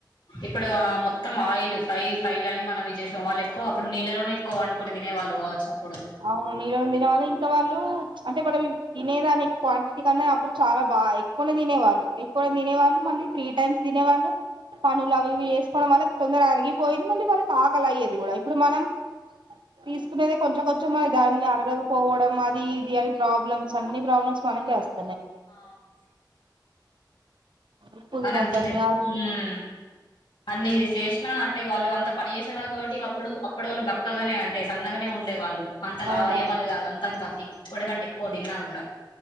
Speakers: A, on the left; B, on the right.
A: ఇప్పుడు ఆ మొ మొత్తం ఆయిల్ ఫై ఫై అని మనం ఇ చేసేంళ్ళ ఎక్కువ అప్పుడు నీళ్ళలోనే ఎక్కవ వండుకుని తినే వాళ్ళువచ్చు.
B: అవునిర వండినవాళ్ళు ఇంకా వాళ్ళు అంటే మనవి తినేదానికి క్వాంటిటీ కన్నా అప్పుడు చాలా బాగా ఎక్కువనే తినేవాళ్ళు ఎక్కువ తినేవాళ్ళు. మళ్ళీ త్రీ టైమ్స్ తినే వాళ్ళు తను లవ్వి చేసుకోవడం వల్ల తొందర అరిగిపోయింది మళ్ళీ వాళ్ళుకి ఆకలాయెది. ఇది కూడా ఇప్పుడు మనం తీసుకునేది కొంచెం కొం చ్చమ దాన్ని అరగకపోవడం అది ఇది అని ప్రాబ్లమ్స్ అన్ని ప్రాబ్లమ్స్ మనకే వస్తాయి.
A: ఆవును
B: ఉప్పు
A: మనం
B: తినొద్దని
A: తిన్నయి
B: అది ఇది
A: మ్ అన్ని చేసినా అంటే వాళ్ళు అంత పని చేసేవాళ్ళు కాబట్టి అప్పుడు అప్పుడ వాళ్ళు బక్కగానే అంటే సన్నగానే ఉండే వాళ్ళు. అంత లావ్
B: అవునవును
A: అయ్యే వాళ్ళు కాదు అంతంత ఇప్పటికంటే ఎక్కువ తిన్నా కూడా